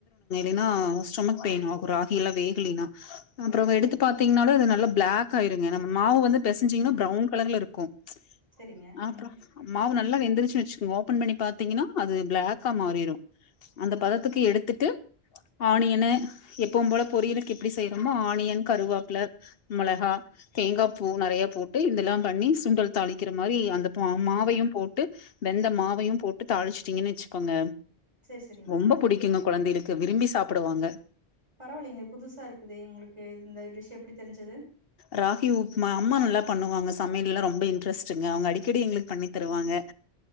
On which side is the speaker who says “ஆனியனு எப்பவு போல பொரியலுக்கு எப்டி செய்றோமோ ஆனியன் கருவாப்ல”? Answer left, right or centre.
Left